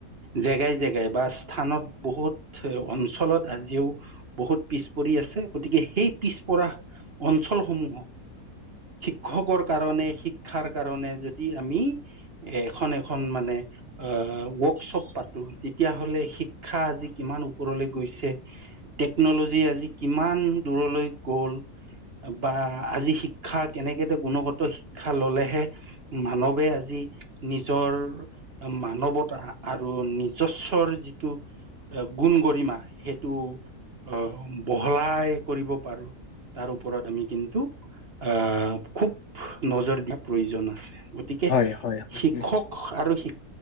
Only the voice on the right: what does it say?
জেগাই জেগাই বা স্থানত বহুত অঞ্চলত আজিও বহুত পিছ পৰি আছে গতিকে সেই পিছপৰা অঞ্চলসমূহক শিক্ষকৰ কাৰণে শিক্ষাৰ কাৰনে যদি আমি এ এখন এখন মানে আ, ৱৰ্কশ্বপ পাতো তেতিয়া হ'লে শিক্ষা আজি কিমান ওপৰলৈ গৈছে টেকনলজি আজি কিমান দূৰলৈ গল। বা আজি শিক্ষা কেনেকে গুণগত শিক্ষা ললেহে মানৱে আজি নিজৰ মানৱতা আৰু নিজস্বৰ যিটো এ গুণ গৰিমা সেইটো অ'বহলাই কৰিব পাৰো তাৰ ওপৰত আমি কিন্তু আ খুব নজৰ দিয়াৰ প্ৰয়োজন আছে। গতিকে
শিক্ষক
আৰু শিক